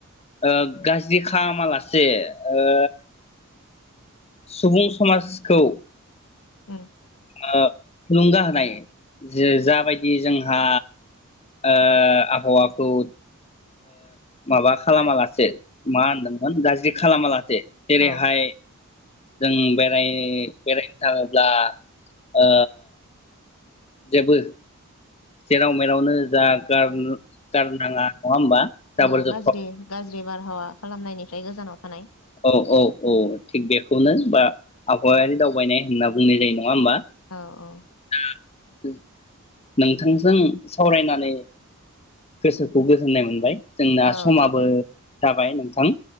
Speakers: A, on the left (about 30°); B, on the left (about 80°).
A: ओ गाज्रि खामालासे ओ सुबुं समाजखौ
B: <unintelligible>
A: ओ थुलुंगा होनाय जे जाबादि जोंहा ओ आफ हवा <unintelligible> ओ माबा खालामा लासे मा होनदोंमोन गाज्रि खालामा लासे जेरैहाय
B: औ
A: जों बेराय बेराय थाङोब्ला ओ जेबो जेराव मेरावनो जा गारनो गारनाङा नङा होमबा जाबोर
B: अ गाज्रि
A: जथर
B: गाज्रि बारहावा खालामनायनिफ्राय गोजानाव थानाय।
A: औ औ औ थिग बेखौनो बा आबहावायारि दावबायनाय होनना बुंनाय जायो नङा होमबा?
B: औ औ
A: <unintelligible> नोंथांजों सावरायनानै गोसो खौ गोजोन्नाय मोनबाय। जोंना
B: औ
A: समाबो जाबाय नोंथां।